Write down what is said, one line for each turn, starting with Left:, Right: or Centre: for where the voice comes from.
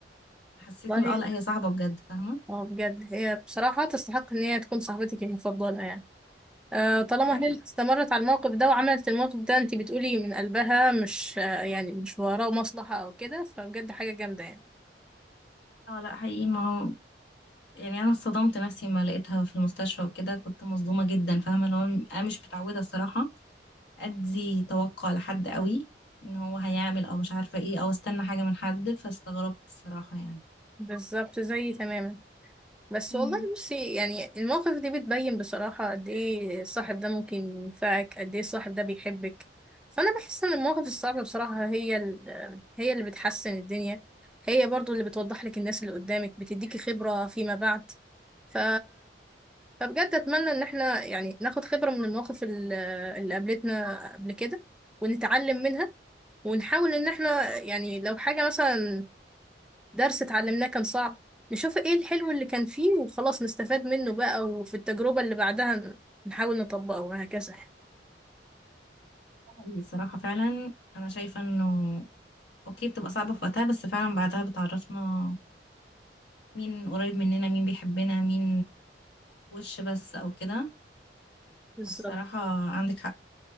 Left: حسيتني
Centre: طيب
Left: بقى لا هي صاحبة بجد فاهمة
Centre: اه بجد هي بصراحة تستحق ان هي تكون صاحبتك المفضلة يعني آه طالما
Left: ده حقيقي
Centre: هي اللي استمرت على الموقف ده وعملت الموقف ده انت بتقولي من قلبها مش آه يعني مش وراه مصلحة او كده فبجد حاجة جامدة يعني
Left: اه لا حقيقي ما هو يعني انا اصطدمت نفسي لما لقيتها في المستشفى وكده كنت مصدومه جدا فاهمه اللي هو انا مش متعوده الصراحه ادي توقع لحد قوي ان هو هيعمل او مش عارفه ايه او استنى حاجه من حد فاستغربت الصراحه يعني
Centre: بالظبط زيي تماما بس
Left: امم
Centre: والله بصي يعني المواقف دي بتبين بصراحة قد ايه الصاحب ده ممكن ينفعك قد ايه الصاحب ده بيحبك فأنا بحس إن المواقف الصعبة بصراحة هي ال- هي اللي بتحسن الدنيا هي برضو اللي بتوضح لك الناس اللي قدامك بتديكي خبرة فيما بعد ف... فبجد أتمنى إن احنا يعني ناخد خبرة من المواقف ال- اللي قابلتنا قبل كده ونتعلم منها ونحاول إن احنا يعني لو حاجة مثلا درس اتعلمناه كان صعب نشوف ايه الحلو اللي كان فيه وخلاص نستفاد منه بقى وفي التجربة اللي بعدها ن- نحاول نطبقه وهكذا
Left: حقيقي الصراحه فعلا انا شايفه انه اوكي بتبقى صعبه في وقتها بس فعلا بعدها بتعرفنا مين قريب مننا مين بيحبنا مين وش بس او كده
Centre: بالظبط
Left: الصراحه عندك حق